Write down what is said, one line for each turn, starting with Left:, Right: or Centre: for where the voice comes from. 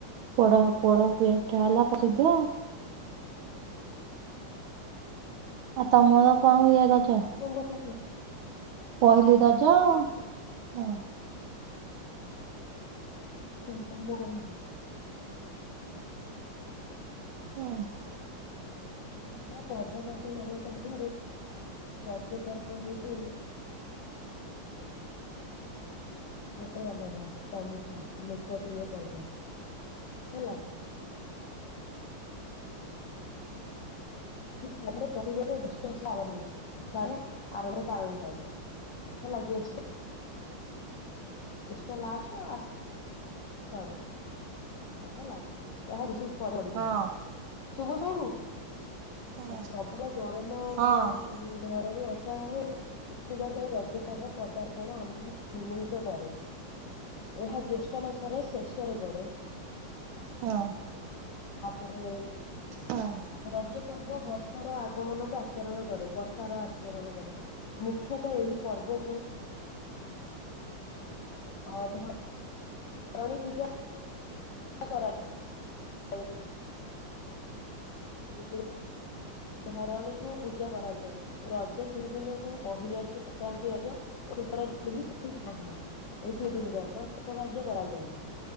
Right: ପୋଡ ପୋଡ ପି ଠା ହେଲା ପ୍ରସିଦ୍ଧ। ଆଉ ତମର କଣ ହୁଏ ରଜ।
Left: <unintelligible>
Right: ପହିଲି ରଜ ହ।
Left: <unintelligible>
Right: ହଁ।
Left: ଓଡିଶାର ପର୍ବପର୍ମୀ ମାନଙ୍କ ମଧ୍ୟରେ ରଜ ପର୍ବ ହଉଛି। ଗୋଟେ ଅଲଗା ପ୍ରମୁଖ ଲୋକପ୍ରିୟ ପର୍ବ ହେଲା। ପର୍ବରେ ପ୍ରତିବର୍ଷ ଦଷ୍ଟ ଆରମ୍ଭ ଆଶା ଆରମ୍ଭରେ ପାଳନ କରାଯାଏ। ହେଲା ଜ୍ୟେଷ୍ଠ ଜ୍ୟେଷ୍ଠ ଲାଷ୍ଟ ଆସ ଶାଢ ହେଲା <unintelligible> ଏ ପରେ ପଡିଥାଏ
Right: ହଁ
Left: ଶୁଭୁଛି ଆଉ
Right: ହଁ
Left: ପ୍ରବଳ ଗରମ
Right: ହଁ
Left: ଧରଣୀ ଅୁ ଉତ୍ସା ହୋଇ ଉଠୁଥିବା ବେଳେ ରଜ ପର୍ବ ପଦାର୍ପଣ ଆମକୁ ବିମୋହିତ କରେ। ଏହା ଜ୍ୟେଷ୍ଠ ମାସରେ ଶେଷରେ ବଡେ।
Right: ହଁ।
Left: ତାପରେ
Right: ହଁ
Left: ରଜ ପର୍ବ ବର୍ଷ ର ଆଗମନକୁ ଆଚରଣ କରେ ବର୍ଷ ର ଆଚରଣ କରେ। ମୁଖ୍ୟତଃ ଏହି ପର୍ବକୁ ଆଉ ଧ ରାଣୀ ପୂଜା କର ଆଜ୍ ଆପଣ ଧରଣୀ କୁ ପୂଜା କରାଯାଏ ରଜ ତିନି ଦିନକୁ ପହିଲି ରଜ ସଂକ୍ରାନ୍ତି ରଜ ଷ <unintelligible> ନାହିଁ ଏଇ ତିିନଦିନ ଯାକ ସେଷ କାର୍ଯ୍ୟ କରାଯାଏନି